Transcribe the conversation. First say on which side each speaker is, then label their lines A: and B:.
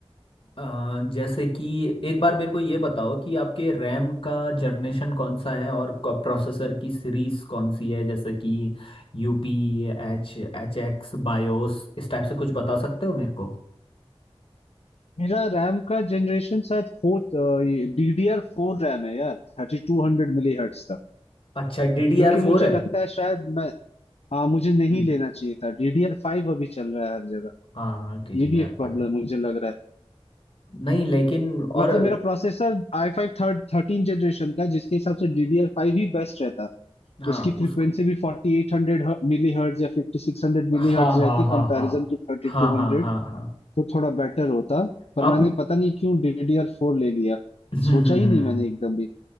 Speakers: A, on the left; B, on the left.
A: अ, जैसे कि एक बार मेरे को ये बताओ कि आपके रैम का जनरेशन कौन सा है और प्रोसेसर की सीरीज कौन सी है जैसे कि UP H H X BIOS इस टाइप से कुछ बता सकते हो मेरे को
B: मेरा रैम का जनरेशन शायद फोर्थ ये DDR4 फोर रैम है यार थर्टी टू हंड्रेड मिली हर्ट्स का
A: अच्छा डी डी
B: जो
A: आर
B: कि मुझे
A: फोर है
B: लगता है शायद मैं हाँ मुझे नहीं
A: हम्म,
B: लेना चाहिए था DDR5 फाइव अभी चल रहा है हर जगह
A: हाँ डी डी
B: ये भी एक
A: आर
B: प्रॉब्लम
A: फाइव
B: मुझे लग रहा है
A: नहीं लेकिन और
B: मतलब मेरा processor I five third thirteen generation का है, जिसके हिसाब से DDR5 फाइव ही बेस्ट रहता
A: हाँ
B: उसकी
A: उसके
B: फ्रीक्वेंसी भी फोर्टी एट हंड्रेड मिली हर्ट्ज या फिफ्टी सिक्स हंड्रेड मिली
A: हाँ
B: हर्ट्ज
A: हाँ
B: रहती
A: हाँ
B: कंपेरिजन
A: हाँ
B: टू थर्टी
A: हाँ
B: टू
A: हाँ
B: हंड्रेड
A: हाँ हाँ
B: तो थोड़ा बेटर होता पर
A: आप
B: मैंने पता नहीं क्यों DDR4 फोर ले लिया
A: हम्म
B: सोचा
A: हम्म,
B: ही
A: हम्म,
B: नहीं मैंने एकदम भी